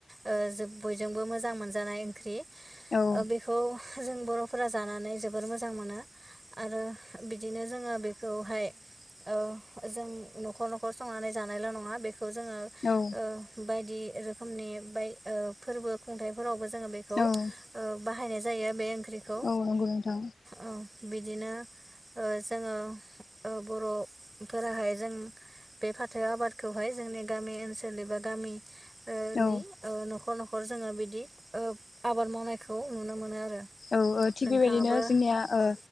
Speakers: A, on the right (about 35°); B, on the left (about 85°).
A: ओ जो बयजोंबो मोजां मोनजानाय ओंख्रि।
B: औ
A: ओ बेखौ जों बर'फोरा जानानै जोबोर मोजां मोनो। आरो बिदिनो जोङो बेखौहाय ओ जों न'खर न'खर संनानै जानायल' नङा बेखौ जोङो ओ
B: औ
A: बायदि रोखोमनि बाय ओ फोरबो खुंथाइफोरावबो जोङो बेखौ
B: औ औ
A: ओ बाहायनाय जा। <unintelligible> बे ओंख्रिखौ
B: औ नंगौ नोंथां
A: औ बिदिनो। ओ जोङो ओ बर'फोराहाय जों बे फाथो आबादखौहाय जोंनि गामि ओनसोलनि बाथ गामिनि
B: औ
A: ओ निओ न'खर न'खर जोङो बिदि ओ आबाद मावनायखौ नुनो मोनो आरो।
B: औ ओ थिग
A: नोंथाङाबो
B: बेबायदिनो जोंनिया
A: औ
B: ओ